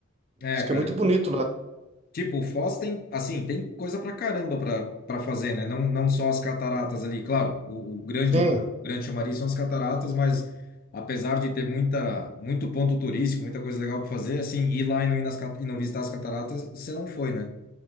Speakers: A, on the left (about 45°); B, on the right (about 30°).
A: É,
B: Diz que
A: cara,
B: é muito bonito lá.
A: Tipo, o Foz tem, assim, tem coisa pra caramba pra, pra fazer, né? Não, não só as cataratas ali, claro, o, o grande,
B: Sim.
A: a- grande chamariz são as cataratas, mas apesar de ter muita, muito ponto turístico, muita coisa legal pra fazer, assim, ir lá e não ir nas, cat- e não visitar as cataratas, você não foi, né?